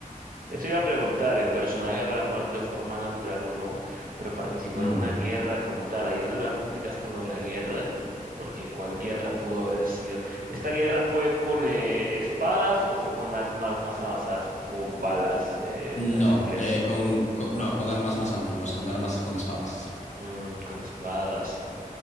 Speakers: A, on the right; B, on the left.
A: Esto iba a preguntar, ¿el personaje habrá muerto de forma natural o no? Pero participó
B: Mm,
A: en una guerra como tal. Ahí es donde me la complicas con lo de la guerra, porque ¿cuál guerra pudo haber sido? ¿Esta guerra fue con eh, espadas o fue con armas más avanzadas, tipo balas, eh,
B: no,
A: rifles?
B: eh, con, con- no, con armas más antiguas, con armas, con espadas, sí,
A: Mm, con espadas.